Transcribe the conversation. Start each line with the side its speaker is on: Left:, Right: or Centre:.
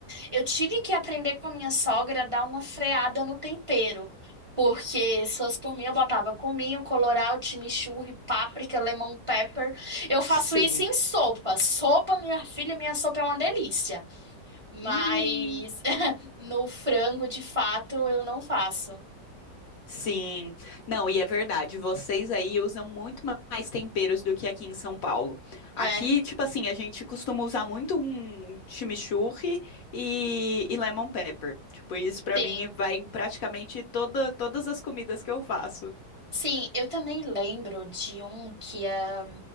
Right: eu tive que aprender com a minha sogra a dar uma freada no tempero. Porque se fosse por mim, eu botava cominho, colorau, chimichurri, páprica, lemon pepper. Eu faço
Left: Sim.
Right: isso em sopa. Sopa, minha filha, minha sopa é uma delícia. Mas
Left: Hum,
Right: <laughs> no frango, de fato, eu não faço.
Left: sim. Não, e é verdade, vocês aí usam muito ma- mais temperos do que aqui em São Paulo. Aqui,
Right: É,
Left: tipo assim, a gente costuma usar muito um chimichurri e, e lemon pepper. Tipo, isso pra
Right: sim.
Left: mim vai em praticamente toda, todas as comidas que eu faço.
Right: Sim, eu também lembro de um que ah,